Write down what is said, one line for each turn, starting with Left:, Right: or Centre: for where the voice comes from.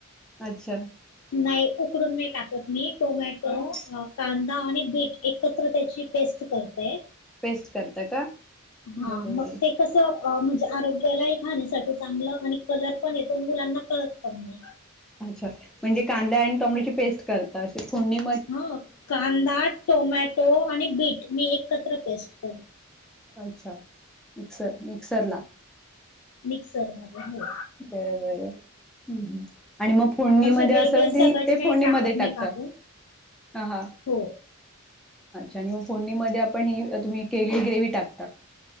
Centre: अच्छा
Left: नाही उकडून नाही टाकत मी टोमॅटो
Centre: मग
Left: अ कांदा आणि बीट एकत्र त्याची पेस्ट करते.
Centre: पेस्ट करता का?
Left: हा
Centre: बरं
Left: मग
Centre: बरं
Left: ते कसं म्हणजे आरोग्यालाही खाण्यासाठी चांगलं आणि कलर पण येतो अन मुलांना कळत पण नाही.
Centre: अच्छा, म्हणजे कांदा आणि टोमॅटोची पेस्ट करता अशी फोडणी
Left: हा. कांदा, टोमॅटो आणि बीट मी एकत्र पेस्ट कर
Centre: अच्छा, मिक्सर मिक्सरला
Left: मिक्सर मध्ये हो.
Centre: बर बर, हं हं, आणि मग फोडणीमध्ये
Left: असे वेगळे
Centre: असं म्हण
Left: सगट
Centre: ते
Left: नाही
Centre: फोणीमध्ये
Left: टाकत
Centre: टाकता,
Left: मी कापून
Centre: हा हा.
Left: हो
Centre: अच्छा आणि मग फोडणीमध्ये आपण ही तुम्ही केलेली ग्रेव्ही टाकता.